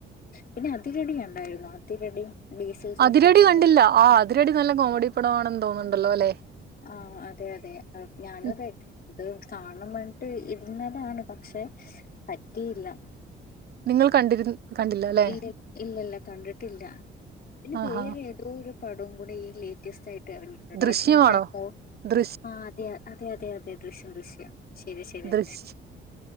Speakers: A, on the left; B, on the right.
A: പിന്നെ അതിരടി കണ്ടായിരുന്നോ അതിരടി ബേസിൽ ജോസഫിന്റെ
B: അതിരടി കണ്ടില്ല ആഹ് അതിരടി നല്ല കോമഡി പടവാണെന്ന് തോന്ന്ണ്ടല്ലോ അല്ലേ
A: ആഹ് അതെ അതെ ഞാനും
B: ഉം,
A: അതെ അത് കാണണംപറന്നിട്ട് ഇരുന്നതാണ് പക്ഷെ പറ്റിയില്ല
B: നിങ്ങൾ കണ്ടിരു കണ്ടില്ല അല്ലെ
A: ഇല്ല ഇല്ലല്ല കണ്ടിട്ടില്ല പിന്നെ
B: ആഹാ
A: വേറെ ഏതോ ഒരു പടവും കൂടി ഈ ലീ ലേറ്റസ്റ്റ് ആയിട്ടെറങ്ങിയിട്ടുണ്ട്
B: ദൃശ്യമാണോ
A: പക്ഷെ എനിക്കാ <unintelligible>
B: ദൃശ്
A: ആഹ് അതെ അതെ അതെ അതെ ദൃശ്യം ദൃശ്യം ശരി ശരിയാ
B: ദൃശ്യ